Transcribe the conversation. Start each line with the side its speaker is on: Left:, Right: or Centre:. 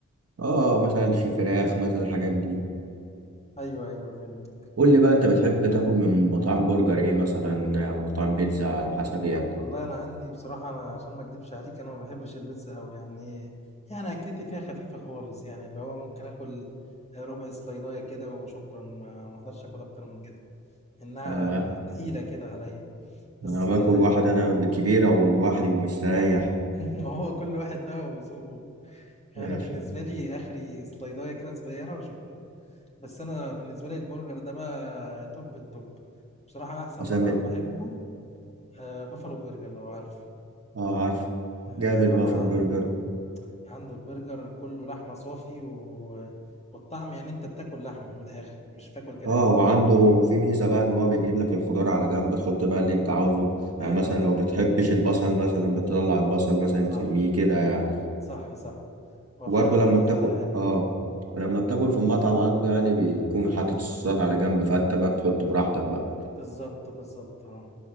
Right: اه مثلا في فراخ مثلا الحاجات دي
Left: ايوه ايوه فهمت
Right: قول لي بقى انت بتحب تاكل من مطاعم برجر ايه مثلا او مطاعم بيتزا على حسب يعني
Left: والله انا عندي بصراحه انا عشان ما اكدبش عليك انا ما بحبش البيتزا قوي يعني يعني اكلتي فيها خفيفه خالص يعني اللي هو ممكن اكل ربع سلايدايه كده وشكرا ما ما اقدرش اكل اكتر من كده انها
Right: آه
Left: تقيله كده عليا بس
Right: انا باكل
Left: <laughs>
Right: واحد انا بالكبيرة ولوحدي ومستريح
Left: ما هو كل واحد بقى وذوقه يعني
Right: ماشي
Left: انا بالنسبه لي اخري سلايدايه كده صغيره وشكرا بس انا بالنسبه لي البرجر ده بقى توب التوب بصراحه احسن
Right: مثلا
Left: مطعم
Right: بت-
Left: بحبه آه، بافالو برجر لو عارفه
Right: اه عارف
Left: آه،
Right: جامد
Left: صراحة
Right: بافر
Left: عنده
Right: برجر
Left: عنده البرجر كله لحمة صافي و... والطعم يعني انت بتاكل لحمة من الآخر مش بتاكل كراتين
Right: اه وعنده في ميزة بقى ان هو بيجيب لك الخضار على جنب تحط بقى اللي انت عاوزه يعني
Left: ايوه
Right: مثلا
Left: ايوه
Right: لو بتحبش البصل مثلا بتطلع البصل مثلا
Left: صح
Right: ترميه كده يعني
Left: صح صح هو
Right: وبرضه
Left: فعلا
Right: لما
Left: دي ميزة
Right: بتاكل
Left: حلوة
Right: اه ولما بتاكل في المطعم عنده يعني بيكون حاطط الصوصات على جنب فانت بقى بتحط براحتك بقى
Left: بالظبط بالظبط اه